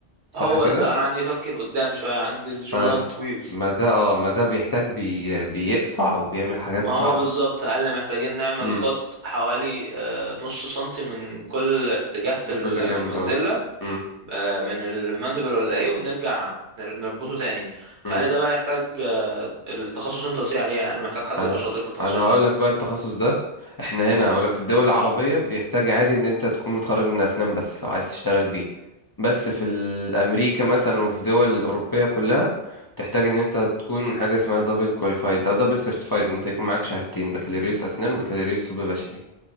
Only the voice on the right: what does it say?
هو
لا انا عندي يفكر قدام شوية عندي الجولاين
طويل
ما
هو بالظبط قال لي محتاجين نعمل
قط حوالي آه، نص سنتي من كل اتجاه في
ال-
من المجزلة
آه، من المندبل ولا ايه ونرجع نر- نربطه تاني فقال
لي ده بقى يحتاج آه، التخصص اللي انت قلت لي عليه يعني انا محتاج حد
يبقى شاطر في التخصص
ده